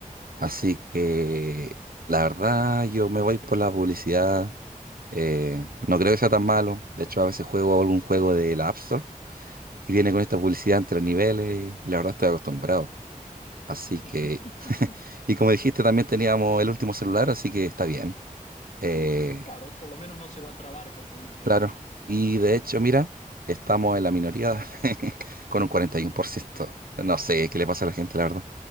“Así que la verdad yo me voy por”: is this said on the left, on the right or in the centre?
Right